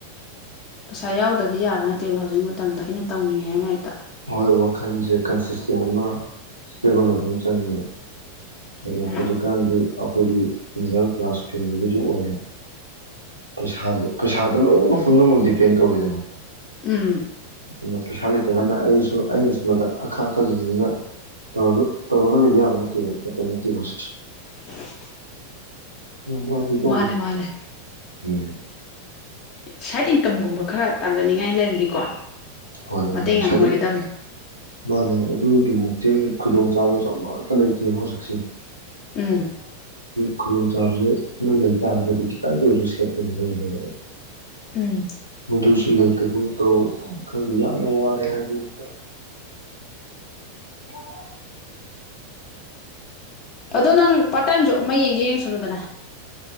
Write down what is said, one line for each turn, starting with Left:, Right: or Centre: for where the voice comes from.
Left: ꯄꯩꯁꯥ ꯌꯥꯎꯗꯗꯤ ꯌꯥꯕ ꯅꯠ ꯇꯦꯕ ꯍꯧꯖꯤꯛ ꯃꯇꯝꯗ ꯑꯩꯅ ꯇꯧꯅꯤꯡꯉꯦꯅ ꯍꯦꯛꯇ
Right: <unintelligible> ꯋꯥꯈꯟꯁꯦ ꯀꯟꯁꯤꯁꯇꯦꯟ ꯑꯃ ꯁ꯭ꯇꯦꯕꯜ ꯑꯣꯏꯕ ꯑꯃ ꯆꯪꯉꯦꯕ ꯑꯗꯣ
Left: ꯎꯝ
Right: ꯍꯧꯖꯤꯛꯀꯥꯟꯗꯤ ꯑꯩꯈꯣꯏꯒꯤ ꯃꯤꯗꯜ ꯀ꯭ꯂꯥꯁ ꯐꯦꯃꯤꯂꯤꯁꯨ ꯑꯣꯏꯔꯦ ꯄꯩꯁꯥꯗ ꯄꯩꯁꯥꯗꯣ ꯂꯣꯏꯅꯃꯛ ꯄꯨꯝꯅꯃꯛ ꯗꯤꯄꯦꯟ ꯇꯧꯋꯤꯗꯅ
Left: ꯎꯝ
Right: ꯑꯃ ꯄꯩꯁꯥ ꯂꯩ ꯅꯠꯇ꯭ꯔꯒꯅ ꯑꯩꯁꯨ ꯑꯩꯅ ꯁꯨꯝ ꯑꯈꯥꯡ ꯀꯜꯂꯤꯅꯤꯅ ꯇꯧꯔꯒ- ꯇꯧꯔꯒ ꯂꯩꯕ ꯌꯥꯕ ꯅꯠꯇꯦꯕ ꯃꯇꯝ ꯅꯠꯇꯦꯕ ꯍꯧꯖꯤꯛꯁꯦ
Left: <unintelligible>
Right: <inaudible> ꯌꯦꯡꯕ ꯍꯥꯏꯗꯤ ꯏꯇꯥꯎꯕꯤ
Left: ꯃꯥꯅꯦ ꯃꯥꯅꯦ
Right: ꯎꯝ
Left: ꯁꯥꯏꯠ ꯏꯟꯀꯝꯒꯨꯝꯕ ꯈꯔ ꯇꯥꯟꯖꯟꯅꯤꯡꯉꯥꯏ ꯂꯩꯔꯗꯤꯀꯣ
Right: ꯍꯣꯏ ꯑꯗꯨꯅꯤ
Left: ꯃꯇꯦꯡ ꯌꯥꯝ
Right: ꯁꯥꯏꯠ
Left: ꯑꯣꯏꯒꯗꯕꯅꯦ
Right: <inaudible> ꯃꯥꯟꯅꯦ ꯑꯗꯨꯒꯤ ꯃꯇꯦꯡ ꯈꯨꯗꯣꯡ ꯆꯥꯕꯁꯨ ꯑꯃꯠꯇ ꯂꯩꯇꯦꯕ ꯍꯧꯖꯤꯛꯁꯦ
Left: ꯎꯝ
Right: ꯈꯨꯗꯣꯡ ꯆꯥꯕ ꯑꯃ ꯂꯩ ꯇꯥꯔꯒꯗꯤ ꯈꯤꯇꯪꯇ ꯑꯣꯏꯔꯁꯨ ꯁꯦꯞ ꯑꯣꯏꯒꯦ ꯍꯥꯏꯕꯅꯦꯕ
Left: ꯎꯝ
Right: ꯗꯨꯁꯨ ꯂꯩꯇꯒꯨꯝ ꯇꯧ ꯈꯪꯗꯦ ꯌꯥꯝꯅ ꯋꯥꯔꯦ ꯍꯥꯏꯗꯤ <inaudible> <inaudible>
Left: ꯑꯗꯣ ꯅꯪ ꯄꯥꯔꯠ ꯇꯥꯏꯝ ꯖꯣꯕ ꯑꯃ ꯌꯦꯡꯒꯦ ꯌꯦꯡꯁꯜꯂꯨꯗꯅ